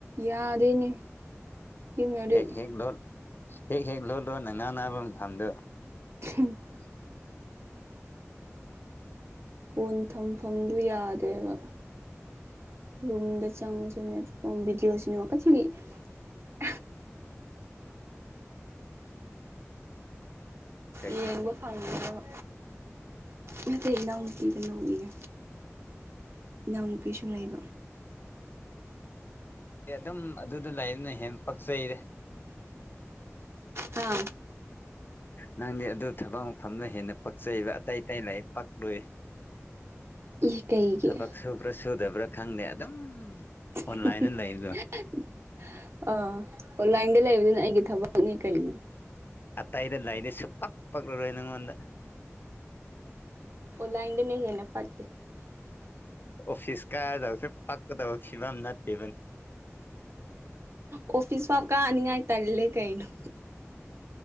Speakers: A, on the right; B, on the left.
A: ꯌꯥꯗꯦꯅꯦ ꯁꯤꯃꯗꯤ
B: ꯍꯦꯛ ꯍꯦꯛ ꯂꯣꯠ ꯍꯦꯛ ꯍꯦꯛ ꯂꯣꯠ ꯂꯣꯠ ꯅꯥꯉꯅꯕ ꯃꯊꯝꯗꯨ
A: <unintelligible> ꯐꯣꯟ ꯊꯝꯐꯝꯗꯨ ꯌꯥꯗꯦꯕ ꯔꯨꯝꯗ꯭ꯔ ꯆꯪꯕꯁꯨ ꯅꯦꯠꯁꯨ ꯐꯪ ꯕꯤꯗꯤꯌꫭꯁꯤꯅ <unintelligible>
B: ꯀꯩꯅꯣ
A: ꯌꯦꯡꯕ ꯐꯪꯅꯕ ꯅꯠꯇꯦ ꯏꯅꯥꯎ ꯅꯨꯄꯤꯗ ꯅꫭꯛꯏꯅꯦ ꯏꯅꯥꯎꯅꯨꯄꯤꯁꯨ ꯂꯩꯕ
B: ꯑꯦ ꯑꯗꯨꯝ ꯑꯗꯨꯗ ꯂꯩꯅ ꯍꯦꯟꯅ ꯄꯛꯆꯩꯗ
A: ꯍꯥ
B: ꯅꯪꯗꯤ ꯑꯗꯨ ꯊꯕꯛ ꯃꯐꯝꯅ ꯍꯦꯟꯅ ꯄꯛꯆꯩꯕ ꯑꯇꯩ ꯑꯇꯩ ꯂꯩ ꯄꯛꯂꯨꯏ
A: ꯏ ꯀꯩꯒꯤ
B: ꯊꯕꯛ ꯁꯨꯕ꯭ꯔ ꯁꯨꯗꯕ꯭ꯔ ꯈꯪꯗꯦ ꯑꯗꯨꯝ
A: <unintelligible>
B: ꯑꯣꯟꯂꯥꯏꯟꯗ ꯂꯩꯕꯗꯣ
A: ꯂꯩꯕꯗꯨꯅ ꯑꯩꯒꯤ ꯊꯕꯛꯅꯤ ꯀꯔꯤꯅꯣ
B: ꯑꯇꯩꯗ ꯂꯥꯏꯗꯤ ꯁ ꯄꯛ ꯄꯛꯂꯔꯣꯏ ꯅꯪꯉꯣꯟꯗ
A: ꯂꯥꯏꯟꯗꯅꯦ ꯍꯦꯟꯅ ꯐꯀꯤꯦ
B: ꯑꯣꯐꯤꯁ ꯀꯥꯏꯗꯁꯦ ꯄꯥꯛꯀꯗꯕ ꯁꯤꯤꯕꯝ ꯅꯠꯇ
A: ꯑꯣꯐꯤꯁꯤꯁ ꯐꯥꯎ ꯀꯥꯅꯤꯉ ꯇꯜꯂꯦ ꯀꯩꯩꯅ